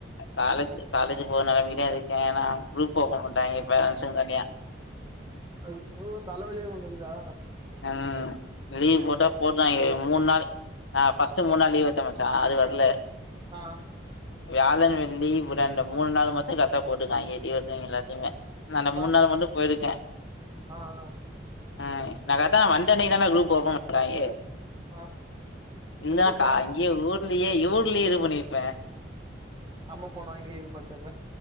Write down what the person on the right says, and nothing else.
ஐயோ தலவலியே ஒண்ணுகுதுதா
ஆ
பா
ஆ ஆ
பா
எப்புட்றா
அம்ம ஃபோன் வாங்கி இது பண்டுப்பே